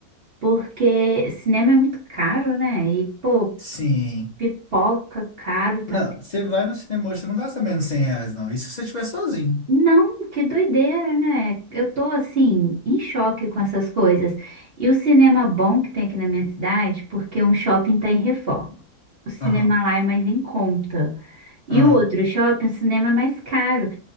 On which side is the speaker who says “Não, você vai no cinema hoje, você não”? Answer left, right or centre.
Left